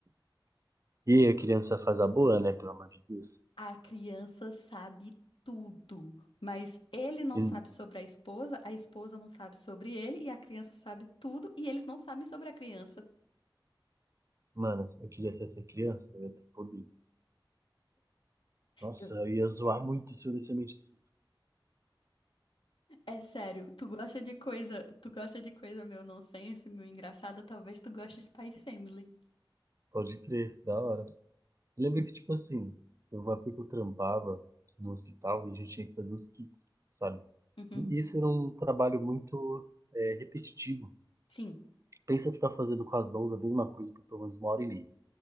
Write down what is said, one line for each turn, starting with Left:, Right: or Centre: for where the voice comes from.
Right: E aí, a criança faz a boa, né? Pelo amor de Deus.
Left: A criança sabe tudo, mas ele não
Right: E,
Left: sabe sobre a esposa, a esposa não sabe sobre ele, e a criança sabe tudo, e eles não sabem sobre a criança.
Right: mano, eu queria ser essa criança, eu ia ter poder. Nossa,
Left: Eu-
Right: eu ia zoar muito se eu desse a mente do filho.
Left: É sério, tu gosta de coisa, tu gosta de coisa meu nonsense, meu engraçada, talvez tu goste de Spy Family.
Right: Pode crer, da hora. Eu lembro que, tipo assim, eu uma época que eu trampava no hospital e a gente tinha que fazer os kits, sabe?
Left: Uhum.
Right: E isso era um trabalho muito é, repetitivo.
Left: Sim.
Right: Pensa ficar fazendo com as mãos a mesma coisa por pelo menos uma hora e meia.